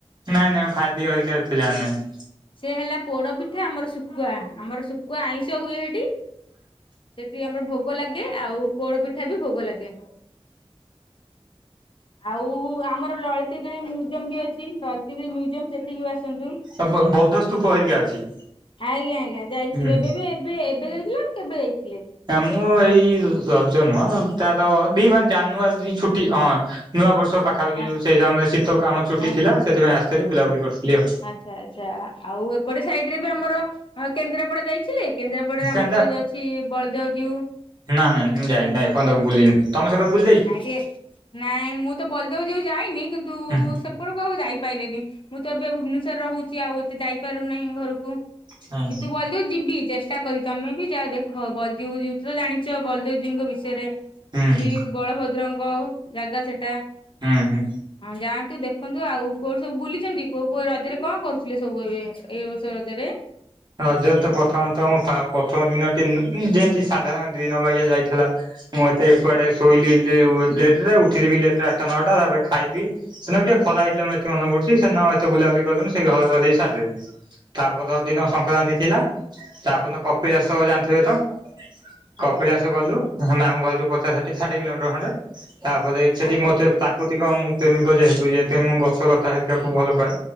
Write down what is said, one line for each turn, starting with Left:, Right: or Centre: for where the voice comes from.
Right: ନାଇଁ ନାଇଁ ଖାଦ୍ୟ ହରିକା ଏତେ ଜାଣି ନାହିଁ।
Left: ସେ ହେଲା ପୋଡ଼ ପିଠା ଆମର ଶୁଖୁଆ ଆମର ଶୁଖୁଆ ଆଇଁଷ ହୁଏ ସେଠି। ସେଠି ଆମର ଭୋଗ ଲାଗେ ଆଉ ପୋଡ ପିଠା ବି ଭୋଗ ଲାଗେ। ଆଉ ଆମର ଲଳତିଗିରି ମ୍ୟୁଜିୟମ ବି ଅଛି ଲଳତିଗିରି ମ୍ୟୁଜିୟମ ସେଠିକି ବି ଆସନ୍ତୁ।
Right: ଆ ବୌ ବୌଦ୍ଧ ସ୍ତୁପ ହେରିକା ଅଛି।
Left: ଆଜ୍ଞା ଆଜ୍ଞା ଯାଇଥିବେ
Right: ହୁଁ
Left: ଏବେ ବି ଏବେ ଏବେ ଯାଇଥିଲେ ନା କେବେ ଯାଇଥିଲେ?
Right: ନା ମୁଁ ଏଇ ରଜ ନୁହଁ ତାର ଦି ମାନେ ଜାନୁଆଦି ଛୁଟି ହଁ। ନୂଆ ବର୍ଷ ପାଖାପାଖି
Left: ଆଚ୍ଛା
Right: ଯୋଉ ସେଇ ସମୟରେ ଶୀତକୁ ଆମ ଛୁଟି
Left: ଆଚ୍ଛା।
Right: ଥିଲା ସେଥିପାଇଁ ଆସିଥିଲି ବୁଲାବୁଲି କରିଥିଲି ଆଉ।
Left: ଆଚ୍ଛା ଆଚ୍ଛା ଆଉ ଏପଟ ସାଇଡରେ ବି ଆମର ଅ କେନ୍ଦ୍ରାପଡା ଯାଇଥିଲେ। କେନ୍ଦ୍ରାପଡାରେ
Right: କେନ୍ତା
Left: ଆମର ତ ଯୋଉ ଅଛି ବଳଦେବ ଜୀଉ।
Right: ନା ନାଇଁ ନାଇଁ ମୁଁ ଯାଇନି ନାହିଁ ଏ ପନ୍ତ ବୁଲିିନି। ତମେ ସେ <unintelligible> ବୁଲ୍
Left: <unintelligible> ନାଇଁ ମୁଁ ତ ବଳଦେବ ଜୀଉ ଯାଇନି କିନ୍ତୁ
Right: ହୁଁ
Left: ସେ ପୁରୁକୁ ଆଉ ଯାଇପାଇଲିନି ମୁଁ ତ ଏବେ ଭୁବନେଶ୍ଵର ରହୁଚି ଆଉ ଏତେ ଯାଇପାରୁନାହିଁ ଘରୁକୁ।
Right: ହୁଁ
Left: କିନ୍ତୁ ବଳଦେବ ଯିବି ଚେଷ୍ଟା କରିବି ତମେ ବି ଯାଅ ଦେଖ ବଳଦିଉ ଜୀଉ ତ ଜାଣିଚ ବଳଦେବ ଜୀଉଙ୍କ ବିଷେୟେରେ
Right: ହୁଁ
Left: ଶ୍ରୀ
Right: ହୁଁ।
Left: ବଳଭଦ୍ରଙ୍କ ଜାଗା ସେଟା।
Right: ହୁଁ ହୁଁ
Left: ହଁ ଯାଆନ୍ତୁ ଦେଖନ୍ତୁ ଆଉ କୋଉଠି ସବୁ ବୁଲିଚନ୍ତି କୋଉ କୋଉ ରଜେରେ କଁ କରୁ ଥିଲେ ସବୁ ଏ ଏଇ ବର୍ଷ ରଜେରେ
Right: ରଜେରେ ତ ପ୍ରଥମ ତ ମୋ ଫା ପ୍ରଥମ ଦିନଟି ଉଁ ଉଁ ଯେନ୍ତି ସାଧାରଣ ଦିନ ବାଗିଆ ଯାଇଥେଲା। ମୁଁ ଏତେ କୁଆଡେ ଶୋଇଲି ଲେ ଉ ଲେଟରେ ଉଠିଲି ବି ଲେଟରେ ଆଟଟା ନଅଟା ତାପରେ ଖାଇ ପିଇ ସେଦିନ ବି ଟିକେ ଖରା ହେଇଥିଲା ମୋର ଯେତିକି ମନ ପଡୁଚି ସେ ଦିନ ଏତେ ବୁଲାବୁଲି କଲୁନି ସେଇ ଘରେ ରହି ରହି ସାରିଦେଲି। ତାପରଦିନ ସଙ୍କରାନ୍ତି ଥିଲା ତାପରଦିନ କପିଳାସ
Left: ଆଜ୍ଞା
Right: ଜାଣିଥେବେ ତ। କପିଳାସ
Left: ଆଜ୍ଞା
Right: ଗଲୁ <unintelligible> ଆମ ଘରଠୁ ପଚାଶ ଷାଠିଏ ଷାଠିଏ କିଲୋମିଟର ଖଣ୍ଡେ। ତାପରେ ଛେଠି
Left: ଆଜ୍ଞା
Right: ମତେ ପା କୁତିକ ମୁଁ ପ୍ରେମିକ ଯେହେତୁ ଯେହେତୁ ମୁଁ ଗଛଲତା ହେରିକାକୁ ଭଲ ପାଏ